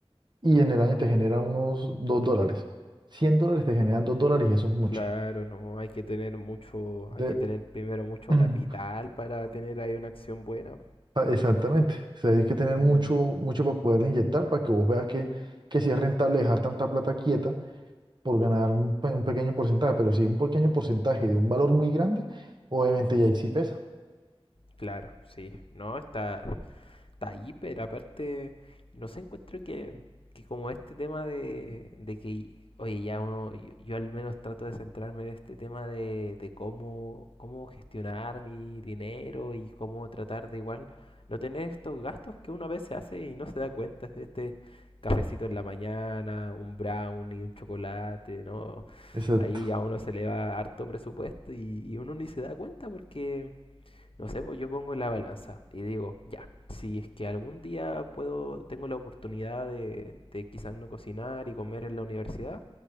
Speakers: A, on the right; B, on the left.
A: y en el año te genera unos 2 dólares. cien dólares te generan 2 dólares y eso es mucho.
B: Claro, no, hay que tener mucho,
A: Entonces,
B: hay que tener primero mucho
A: <clears throat>
B: capital para tener ahí una acción buena.
A: pa- exactamente, o sea, hay que tener
B: Mm.
A: mucho, mucho para poderle inyectar para que vos veas que, que sí es rentable dejar tanta plata quieta por ganar un, pe- un pequeño porcentaje, pero si un pequeño porcentaje de un valor muy grande, obviamente ya ahí sí pesa.
B: Claro, sí. No, está, está ahí, pero aparte, no sé, encuentro que, que como este tema de, de que, oye, ya uno, yo, yo al menos trato de centrarme en este tema de, de cómo, cómo gestionar mi dinero y cómo tratar de igual no tener estos gastos que uno a veces hace y no se da cuenta de este cafecito en la mañana, un brownie, un chocolate, ¿no?
A: Exacto.
B: Ahí a uno se le va harto presupuesto y, y uno ni se da cuenta porque no sé, pues yo pongo en la balanza y digo, ya, si es que algún día puedo, tengo la oportunidad de, de quizás no cocinar y comer en la universidad,